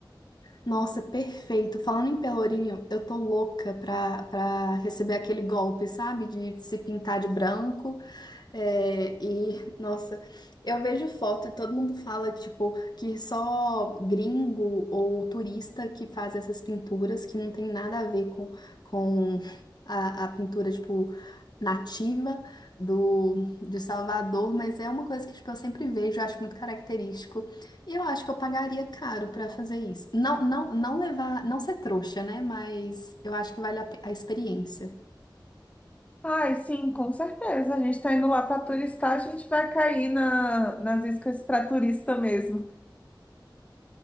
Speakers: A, on the left; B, on the left.
A: Nossa, perfeito. Falando em Pelourinho, eu tô louca pra, pra receber aquele golpe, sabe? De se pintar de branco. É, e, nossa, eu vejo foto e todo mundo fala, tipo, que só gringo ou turista que faz essas pinturas, que não tem nada a ver com, com a, a pintura, tipo, nativa do, de Salvador, mas é uma coisa que, tipo, eu sempre vejo, eu acho muito característico. Eu acho que eu pagaria caro pra fazer isso. Não, não, não levar, não ser trouxa, né? Mas eu acho que vale a, pe- a experiência.
B: Ai, sim, com certeza. A gente tá indo lá para turistar, a gente vai cair na, nas iscas para turista mesmo.